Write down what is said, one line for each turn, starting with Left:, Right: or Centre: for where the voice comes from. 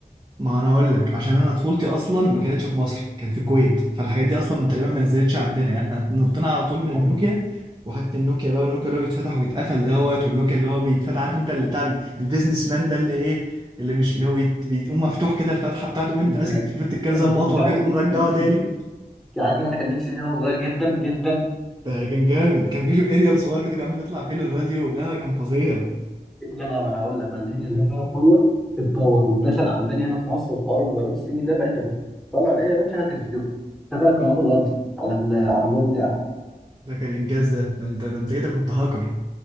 Right: ما انا اقول لك عشان انا طفولتي اصلا ما كانتش في مصر كانت في الكويت فالحاجات دي اصلا من تقريبا ما نزلتش عندنا يعني احنا نطينا على طول من
Centre: يعني
Right: النوكيا وحاجه النوكيا بقى والنوكيا اللي هو بيتفتح ويتقفل دوت والنوكيا اللي هو بيتفتح عارف انت اللي بتاع ال- البيزنس مان ده اللي ايه اللي مش اللي هو بيت- بيقوم مفتوح كده الفتحه بتاعته وانت
Centre: انت
Right: ماسك التليفون تتكلم زي
Centre: انت
Right: المطوه
Centre: انت عارف
Right: كده تقوم
Centre: ان
Right: رجعه
Centre: انا كان نفسي
Right: تاني
Centre: فيه يعني عارف ان انا كان نفسي فيه وانا صغير جدا جدا
Right: ده كان جامد كان في شو اريال صغير كده كان بيطلع فيه للراديو لا ده كان فظيع
Centre: لما ما انا هقول لك بقى ان هي لما اتطور اتطور ودخل عندنا هنا في مصر وحوار الموبايلات الصيني ده بقى انت بتطلع الايه ده تشغل تلفزيون تشغل القنوات الارضي على ال- على الموبايل بتاعك
Right: ده كان انجاز ده ده انت ده انت كده كنت هاكر